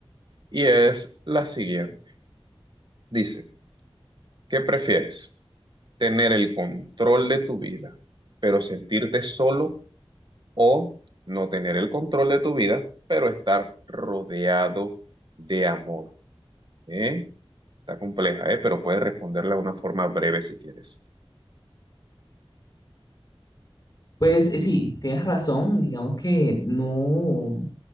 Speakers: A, on the right; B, on the left.
A: y es la siguiente. Dice, ¿qué prefieres? ¿Tener el control de tu vida, pero sentirte solo? o no tener el control de tu vida, pero estar rodeado de amor. ¿eh? Está compleja, ¿eh? pero puedes responderla de una forma breve si quieres.
B: Pues eh, sí, tienes razón, digamos que no,